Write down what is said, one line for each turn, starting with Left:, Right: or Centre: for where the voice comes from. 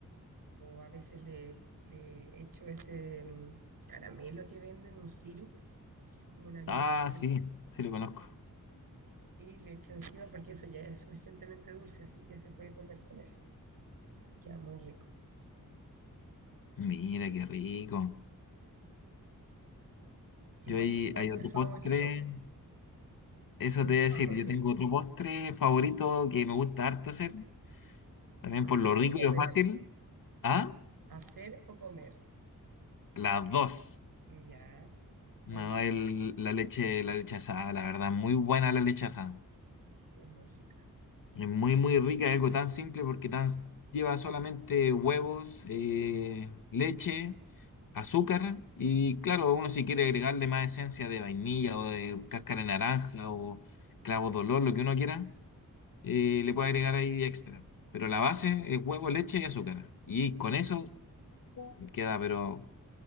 Right: o a veces le, le echo ese mm, caramelo que venden, un sirup, que es como una miel,
Left: Ah,
Right: espesa,
Left: sí, sí lo conozco.
Right: y le echo encima porque eso ya es suficientemente dulce, así que se puede comer con eso. Queda muy rico.
Left: Mira, qué rico.
Right: ¿Y
Left: Yo
Right: cuál
Left: ahí
Right: es tu postre
Left: hay otro
Right: favorito?
Left: postre. Eso
Right: Que no
Left: te
Right: Bueno,
Left: voy a decir,
Right: sepas cocinar.
Left: yo tengo otro postre favorito que me gusta harto hacer, también
Right: ¿Hacer
Left: por lo rico
Right: o comer?
Left: y lo fácil. ¿Ah?
Right: ¿Hacer o comer?
Left: Las dos.
Right: Ya, ¿cuál?
Left: No, el, la leche, la leche asada, la verdad, muy buena la leche asada.
Right: Sí, es muy rica.
Left: Es muy, muy rica, es algo tan simple porque tan, lleva solamente huevos, eh, leche, azúcar y claro, uno si quiere agregarle más esencia de vainilla o de cáscara de naranja o clavo de olor, lo que uno quiera. eh, le puede agregar ahí extra. Pero la base es huevo, leche y azúcar. Y con eso queda, pero